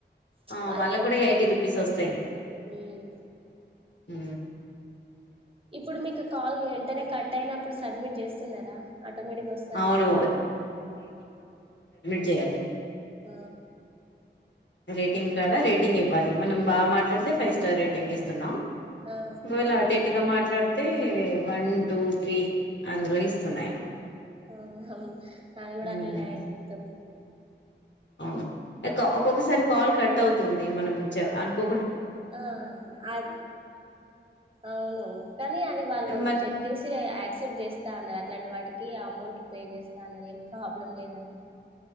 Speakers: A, on the left; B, on the right.
A: ఆ
B: వాళ్ళకు
A: వాళ్ళ కూడా
B: వస్తాయి
A: ఎయిటీ రూపీస్ వస్తాయి
B: ఉమ్
A: ఊ
B: ఇప్పుడు మీకు కాల్ వెంటనే కట్ అయిన అప్పుడు సబ్మిట్ చేస్తున్నారా ఆటోమేటిక్గా వస్తుందట్లనే
A: అవును జయాలి
B: ఆ
A: రేటింగ్ కాడా రేటింగ్ ఇవ్వాలి మనం బాగా మాట్లాడితే ఫైవ్ స్టార్ రేటింగ్ ఇస్తున్నాం
B: ఆ
A: ఓలాటేట్టుగా
B: నాది
A: మాట్లాడ్ అయితే వన్ టూ త్రీ అందులో ఇస్తునయం
B: ఆవునవును నాది కూడా
A: ఉమ్
B: అట్లనే అయింది ఇంత ముందు
A: అవును ఎక్కో ఒక్కొక్కసారి కాల్ కట్ టవుతుంది మనం చ అనుకో
B: ఆ అవును అది అవును కానీ అది వాళ్ళు
A: మళ్ళీ
B: చెక్ చేసి యాక్సెప్ట్ చేస్తా అన్నారు అట్లాంటి వాటి కి అమౌంట్ పే చేస్తా అన్నారు ఏం ప్రాబ్లం లేదన్నరు